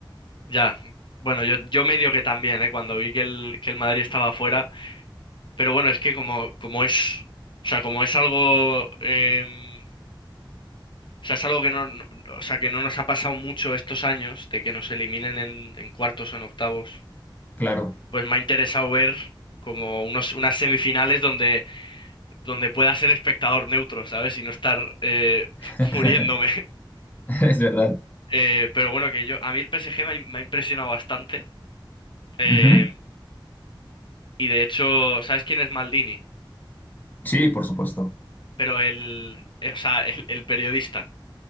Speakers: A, on the left (about 65°); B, on the left (about 20°).
A: ya. Bueno, yo, yo medio que también, ¿eh? Cuando vi que el, que el Madrid estaba fuera. Pero bueno, es que como, como es... O sea, como es algo... em, o sea, es algo que no, no- o sea, que no nos ha pasado mucho estos años, de que nos eliminen en, en cuartos o en octavos.
B: Claro,
A: Pues me ha interesado ver como unos, unas semifinales donde... donde pueda ser espectador neutro, ¿sabes? Y no estar eh, <laughs>
B: <laughs>
A: muriéndome.
B: es verdad.
A: Eh, pero bueno, que yo, a mí el PSG me ha, me ha impresionado bastante. eh,
B: Ujú.
A: y de hecho, ¿sabes quién es Maldini?
B: Sí, por supuesto.
A: Pero el, eh, o sea, el, el periodista.